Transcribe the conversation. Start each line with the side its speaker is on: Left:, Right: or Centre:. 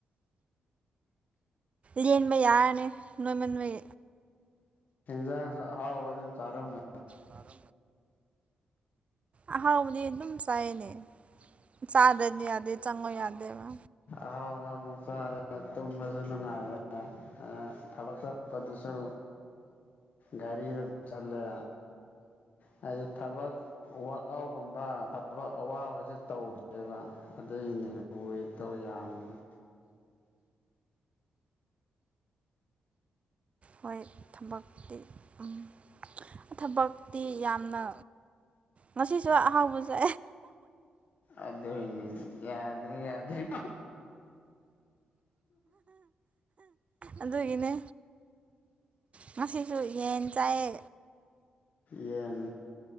Right: ꯂꯦꯟꯕ ꯌꯥꯔꯅꯤ ꯅꯣꯏꯃ ꯅꯣꯏ
Left: ꯍꯖ ꯍꯥꯎꯕꯗ ꯆꯔꯝ
Right: ꯇꯔ ꯑꯍꯥꯎꯕꯗꯤ ꯑꯗꯨꯝ ꯆꯥꯏꯅꯦ ꯆꯥꯗꯗꯤ ꯌꯥꯗꯦ ꯆꯪꯉꯣ ꯌꯥꯗꯦꯕ
Left: ꯑꯥꯎꯕ ꯃꯨꯁꯔꯦ ꯇꯨꯝ ꯆꯅ ꯍꯥꯏ ꯑꯗ ꯊꯕꯛ ꯆꯠꯄꯗꯨꯁꯨ ꯒꯥꯔꯤꯗ ꯑꯗꯨꯝ ꯆꯠꯂꯦ ꯍꯥꯏ ꯊꯕꯛ ꯋꯥꯔꯥꯛ ꯑꯥꯎꯠꯒꯨꯝꯕ ꯊꯕꯛ ꯑꯋꯥꯕꯁꯦ ꯇꯧꯔꯤꯑꯦꯕ ꯑꯗꯨꯏꯅꯦ ꯋꯦꯠꯇꯧ ꯌꯥꯝꯃꯤꯅ
Right: ꯍꯣꯏ ꯊꯕꯛꯇꯤ ꯎꯝ ꯊꯕꯛꯇꯤ ꯌꯥꯝꯅ ꯉꯁꯤꯁꯨ ꯑꯍꯥꯎꯕ ꯆ
Left: ꯑꯗꯨ ꯑꯣꯏꯅꯦꯅꯦ ꯌꯥꯗ꯭ꯔꯦ ꯌꯥꯗ꯭ꯔꯔꯤ
Right: ꯑꯗꯨꯒꯤꯅꯦ ꯉꯁꯤꯁꯨ ꯌꯦꯟ ꯆꯥꯏꯌꯦ
Left: ꯌꯦꯟ